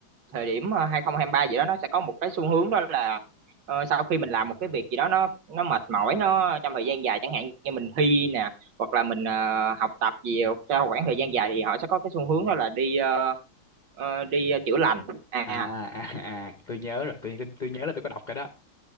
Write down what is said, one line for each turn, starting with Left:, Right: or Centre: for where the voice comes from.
Right: thời điểm ờ, 2023 gì đó nó sẽ có một cái xu hướng đó là ờ, sau khi mình làm một cái việc gì đó nó nó mệt mỏi nó trong thời gian dài chẳng hạn như mình thi nè hoặc là mình ờ, học tập gì trong khoảng thời gian dài thì họ sẽ có cái xu hướng đó là đi ờ, ờ, đi ờ, chữa lành à
Left: à à, à tôi nhớ rồi tôi tôi nhớ là tôi có đọc cái đó